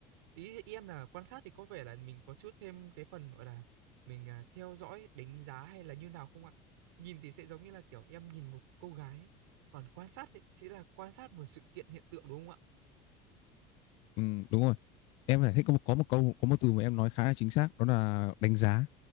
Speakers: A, on the right; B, on the left.
A: Ý em là quan sát thì có vẻ là mình có chút thêm cái phần gọi là mình à, theo dõi, đánh giá hay là như nào không ạ? Nhìn thì sẽ giống như là kiểu em nhìn một cô gái, còn quan sát thì sẽ là quan sát một sự kiện hiện tượng đúng không ạ?
B: ừ, đúng rồi em phải thích có một, có một câu có một từ mà em nói khá là chính xác đó là đánh giá